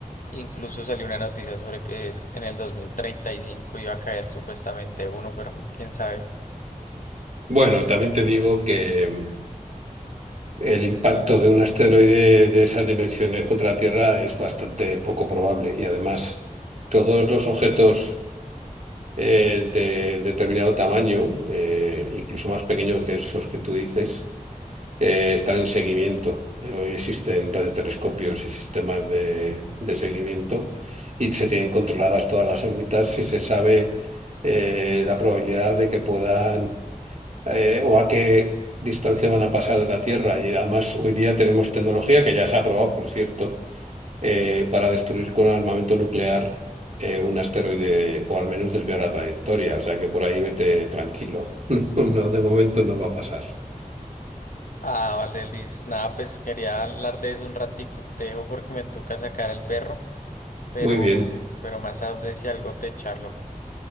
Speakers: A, on the left; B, on the right.
A: Incluso salió una noticia sobre que en el 2035 iba a caer supuestamente uno, pero quién sabe.
B: Bueno, también te digo que El impacto de un asteroide de esas dimensiones contra la Tierra es bastante poco probable y además todos los objetos eh, de determinado tamaño, eh, incluso más pequeños que esos que tú dices, eh, están en seguimiento. Eh, Hoy existen radiotelescopios y sistemas de, de seguimiento y se tienen controladas todas las órbitas y se sabe eh, la probabilidad de que puedan eh, o a qué distancia van a pasar de la Tierra. Y además hoy día tenemos tecnología que ya se ha probado, por cierto, eh, para destruir con armamento nuclear eh, un asteroide o al menos desviar la trayectoria. O sea que por ahí vete tranquilo. <laughs> No, de momento no va a pasar.
A: Ah, vale, Liz. Nada, pues quería hablar de eso un ratico. Te dejo porque me toca sacar al perro, pero,
B: Muy bien,
A: pero más tarde si algo te charlo.